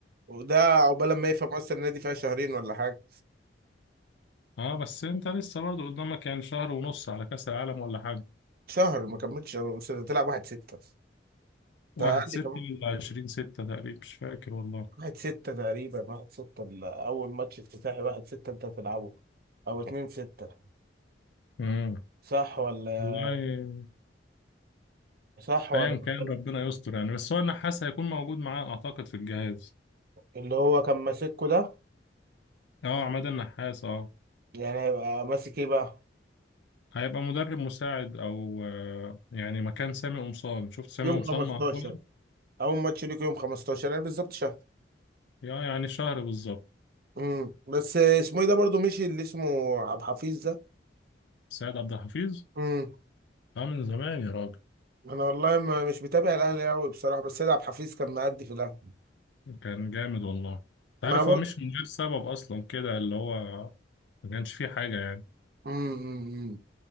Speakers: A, on the right (about 55°); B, on the left (about 75°).
A: وده عقبال ما يفهم اصلا النادي فيها شهرين ولا حاجه
B: اه بس انت لسه برضه قدامك يعني شهر ونص على كأس العالم ولا حاجة
A: شهر ما كملتش شهر، بس تلعب 1 6 انت
B: واحد
A: اقل
B: ستة
A: كمان
B: ولا عشرين ستة تقريبا مش فاكر والله
A: 1 6 تقريبا 1 6 اول ماتش افتتاحي 1 6 انت بتلعبه او 2 6
B: امم
A: صح ولا
B: والله
A: صح ولا
B: ايا
A: بختلف؟
B: كان ربنا يستر يعني بس هو النحاس هيكون موجود معاه اعتقد في الجهاز
A: اللي هو كان ماسكه ده
B: اه عماد النحاس اه
A: يعني هيبقى ماسك ايه بقى
B: هيبقى مدرب مساعد او آه، يعني مكان سامي قمصان شفت سامي
A: يوم
B: قمصان
A: 15
B: مع كولر
A: اول ماتش ليك يوم 15 يعني بالظبط شهر
B: يا يعني شهر بالظبط
A: امم بس اسمه ايه ده برضو مشي اللي اسمه عبد الحفيظ ده
B: سيد عبد الحفيظ
A: امم
B: اه من زمان يا راجل
A: انا والله ما مش متابع الاهلي قوي بصراحه بس سيد عبد الحفيظ كان مأدي في الاهلي
B: كان جامد والله انت
A: ما
B: عارف
A: برضه
B: هو مش من غير سبب اصلا كده اللي هو ما كانش فيه حاجه يعني
A: امم أمم، أمم.